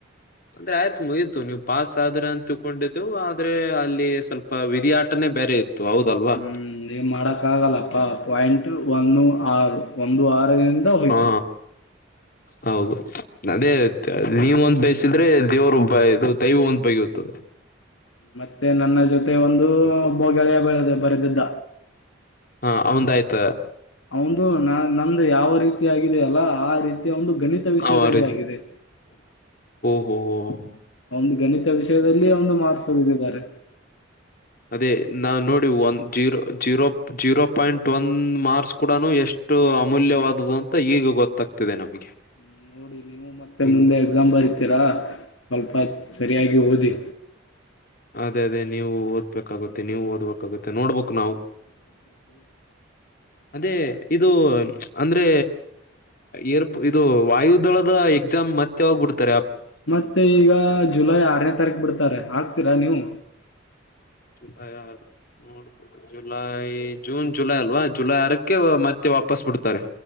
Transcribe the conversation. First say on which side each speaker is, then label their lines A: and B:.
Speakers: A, on the left; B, on the left.
A: ಅಂದ್ರೆ ಆಯ್ತು ಮುಗಿ ಇ ನೀವು ಪಾಸ್ ಆದ್ರೆ ಅಂತಕೊಂಡಿದ್ದು ಆದ್ರೆ ಅಲ್ಲಿ ಸ್ವಲ್ಪ ವಿಧಿಯಾಟನೇ ಬೇರೆ ಇತ್ತು. ಹೌದಲ್ವಾ
B: ಹ್ಮ್ ನೀ ಮಾಡಕ್ ಆಗಲ್ಲಪ್ಪಾ ಪಾಯಿಂಟ್ ಎ ಒಂದು ಆರು ಒಂದು ಆರಿಂದ ಹೋಯ್ತು
A: ಹಾ ಹೌದು ಅದೇ ನೀವ ಒಂದ್ ಬಯಸಿದ್ರೆ ದೇವರು ಬ ಇದು ದೈವ ಒಂದ್ ಬೈ <unintelligible>
B: ಮತ್ತೆ ನನ್ನ ಜೊತೆ ಒಂದು
A: ಬ
B: ಒಬ್ಬ ಗೆಳೆಯ ಬೆಳೆದ ಬರೆದಿದ್ದ
A: ಹ ಅವಂದ್ ಆಯ್ತ
B: ಅವದು ನ ನಂದುದ ಯಾವ ರೀತಿ ಆಗಿದ ಅಲ್ಲ ಆ ರೀತಿ ಒಂದು ಗಣಿತ ವಿಷಯದಲ್ಲಿ
A: ಅವ
B: ಆಗಿದೆ
A: ಹ್ಮ
B: ಅವಂದು ಗಣಿತ ವಿಷಯದಲ್ಲಿ ಒಂದು ಮಾರ್ಕ್ಸ್ ತಗಿದಿದ್ದಾರೆ
A: ಅದೇ ನಾ ನೋಡಿ ಒ zero zero zero point one marks ಕೂಡ ಎಷ್ಟು ಅಷ್ಟು ಅಮೂಲ್ಯವಾದದ್ದು ಅಂತ ಈಗ ಗೊತ್ತಾಗ್ತಿದೆ ನಮ್ಗೆ
B: <unintelligible> ಮತ್ತೆ
A: ಹಿಂಗ್
B: ಮುಂದೆ ಎಕ್ಸಾಮ್ ಬರಿತೀರಾ ಸ್ವಲ್ಪ ಸರಿಯಾಗಿ ಓದಿ
A: ಅದೇ ಅದೇ ನೀವು ಓದ್ಬೇಕಾಗುತ್ತೆ ನೀವು ಓದ್ಬೇಕಾಗುತ್ತೆ ನೋಡ್ಬೇಕು ನಾವು ಅದೇ ಇದು ಅಂದ್ರೆ ಏರ್ ಇದು ವಾಯುದಳದ ಎಕ್ಸಾಮ್ ಮತ್ತೆ ಹೋಗ್ಬಿಡ್ತ
B: ಮತ್ತೆ ಈಗ ಜುಲೈ ಆರನೇ ತಾರೀಕು ಬಿಡ್ತಾರೆ ಹಾಕಗ್ತೀರಾ ನೀವು
A: ಜುಲೈ ನೋಡ್ ಜುಲೈ ಜೂನ್ ಜುಲೈ ಅಲ್ವಾ ಜುಲೈ ಅರಕ್ಕೆ ಮತ್ತೆ ವಾಪಸ್ ಬಿಡ್ತಾರೆ